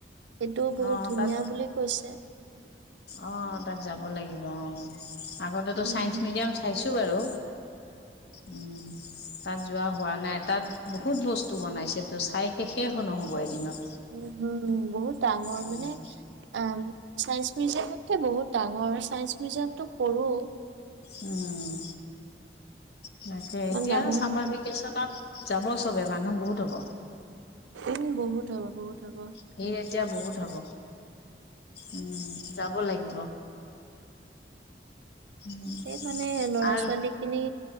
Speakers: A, on the right; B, on the left.
A: এইটোও বহুত
B: অ',
A: ধুনীয়া
B: তাত
A: বুলি কৈছে।
B: অ। তাত যাব লাগিব অ আগতেটো
A: উম
B: চাইন্স মিউজিয়াম চাইছো। টো বাৰু। উম। তাত যোৱা হোৱা নাই, তাত বহুত বস্তু বনাইছেতো চাই শেষে হ নহ'ব এদিনত।
A: উ, হম বহুত ডাঙৰ
B: উম,
A: মানে এ, ছাইন্স মিউজিয়ামকে বহুত ডাঙৰ, ছাইন্স মিউজিয়ামতটো সৰু।
B: উম, এনেকে
A: ইমান
B: এতিয়া
A: ডাঙৰ
B: চামাৰ
A: নহয়
B: ভেকেশচনত যাব চবে মানুহ বহুত হ'ব।
A: উম, বহুত হ'ব বহুত হব।
B: ভিৰ এতিয়া বহুত হ'ব। উম, যাওক যাব লাগিব। উম,
A: সেই মানে ল'ৰা-ছোৱালী
B: আৰু
A: খিনি